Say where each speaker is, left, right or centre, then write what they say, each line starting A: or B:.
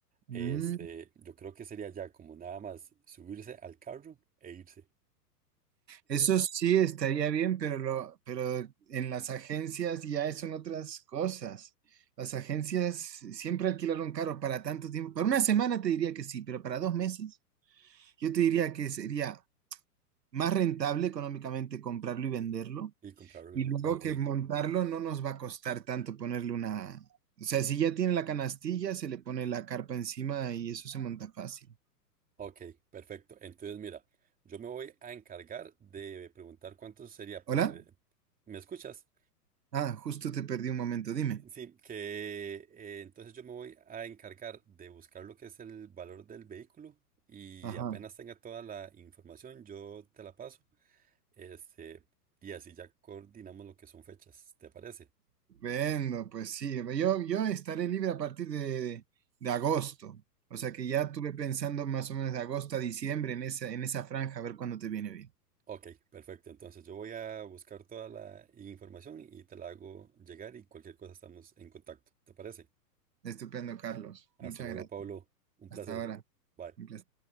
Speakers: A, on the right (about 85°); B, on the right (about 15°).
A: Mm,
B: este, yo creo que sería ya como nada más subirse al carro e irse
A: eso sí estaría bien, pero, lo, pero en las agencias ya son otras cosas. Las agencias siempre alquilaron carro para tanto tiempo. Para una semana te diría que sí, pero para dos meses yo te diría que sería más rentable económicamente comprarlo y venderlo.
B: y comprarlo.
A: Y luego
B: Ah, Ok.
A: que montarlo no nos va a costar tanto ponerle una... O sea, si ya tiene la canastilla, se le pone la carpa encima y eso se monta fácil.
B: Ok, perfecto. Entonces, mira, yo me voy a encargar de preguntar cuánto sería
A: ¿Hola?
B: por... el- ¿Me escuchas?
A: Ah, justo te perdí un momento, dime.
B: Sí, que eh, entonces yo me voy a encargar de buscar lo que es el valor del vehículo y
A: Ajá.
B: apenas tenga toda la información, yo te la paso. Este, y así ya coordinamos lo que son fechas, ¿te parece?
A: Vendo, pues sí. Yo, yo estaré libre a partir de, de agosto. O sea que ya estuve pensando más o menos de agosto a diciembre en esa, en esa franja, a ver cuándo te viene bien.
B: Ok, perfecto. Entonces yo voy a buscar toda la información y te la hago llegar y cualquier cosa estamos en contacto, ¿te parece?
A: Estupendo, Carlos.
B: Hasta
A: Muchas
B: luego,
A: gracias.
B: Pablo. Un
A: Hasta
B: placer.
A: ahora.
B: Bye.
A: Un placer.